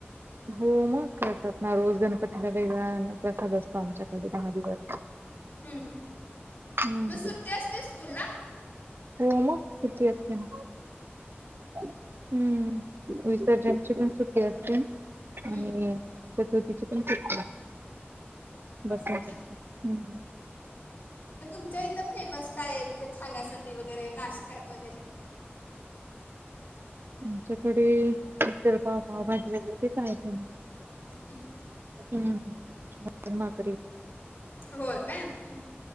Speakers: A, on the right (about 60°); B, on the left (about 55°).
A: होम मग करतात ना रोज गणपतीला वेगळा अन्न प्रसाद असतो आमच्याकडे दहा दिवस.
B: हम्म,
A: हम्म
B: म सुट्टी असते स्कूल ला?
A: हो म सुट्टी असते ना. हम्म, विसर्जनची पण सुट्टी असते.
B: हम्म.
A: आणि प्रकृतीची पण <unintelligible> लागते
B: असते का
A: हम्म.
B: मग तुमच्या इथं फेमस काय आय म्हणजे खाण्यासाठी वगैरे नाष्ट्यात वगैरे?
A: आमच्याकडे मिसळ पाव, पावभजी वगैरे तेच आयटम.
B: हम्म.
A: हम्म, मटन भाकरी.
B: हो का, हम् हम्.